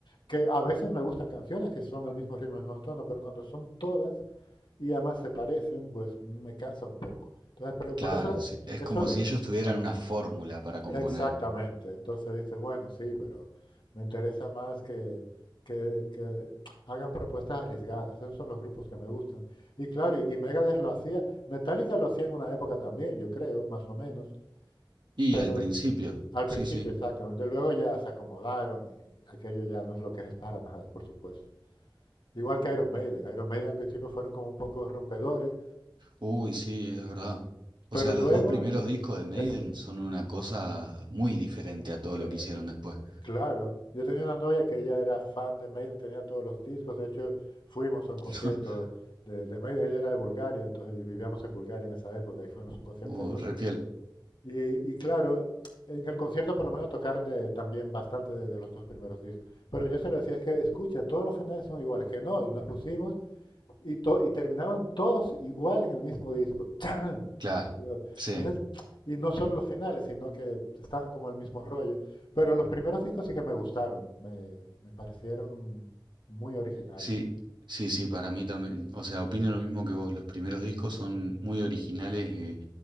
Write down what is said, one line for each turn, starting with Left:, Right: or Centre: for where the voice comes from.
Left: que a veces me gustan canciones que son el mismo ritmo, el mismo tono, pero cuando son todas y además se parecen, pues me cansa un poco. Entonces, pero
Right: claro,
Left: por eso,
Right: sí. Es
Left: eso,
Right: como si ellos tuvieran una fórmula para componer.
Left: Exactamente. Entonces dice, bueno, sí, pero me interesa más que, que- que hagan propuestas arriesgadas. Esos son los grupos que me gustan. Y claro, y, y Megadeth lo hacía. Metallica lo hacía en una época también, yo creo, más o menos.
Right: Y
Left: Pero
Right: al principio,
Left: al
Right: sí,
Left: principio,
Right: sí.
Left: exactamente. Luego ya se acomodaron y aquello ya no es lo que es para nada, por supuesto. Igual que Iron Maiden. Iron Maiden al principio fueron como un poco rompedores,
Right: Uy, sí, es verdad. O
Left: pero
Right: sea,
Left: luego
Right: los dos primeros discos de Maiden
Left: es,
Right: son una cosa muy diferente a todo
Left: eh,
Right: lo que hicieron después.
Left: Claro, yo tenía una novia que ella era fan de Maiden, tenía todos los discos, de hecho fuimos a un concierto
Right: <laughs>
Left: de, de Maiden, ella era de Bulgaria, entonces y vivíamos en Bulgaria en esa época y fuimos a un concierto
Right: Uh,
Left: allí.
Right: re
Left: Y, y claro, en el concierto por lo menos tocaron de- también bastante de, de los dos primeros discos, pero yo se lo decía, es que escucha, todos los finales son iguales, que no, y nos pusimos y, to- y terminaban todos igual en el mismo disco. ¡Chan!
Right: Claro,
Left: Digo,
Right: sí,
Left: Entonces, y no solo los finales, sino que estaban como el mismo rollo. Pero los primeros discos sí que me gustaron, me, me parecieron muy originales
Right: sí, sí, sí, para mí también. O sea, opino lo mismo que vos. Los primeros discos son muy originales eh,